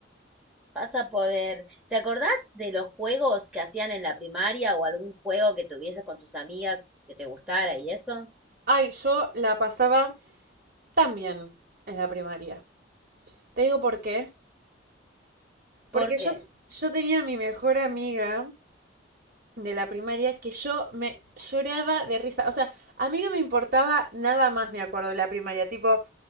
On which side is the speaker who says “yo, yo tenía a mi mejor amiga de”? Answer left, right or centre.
Right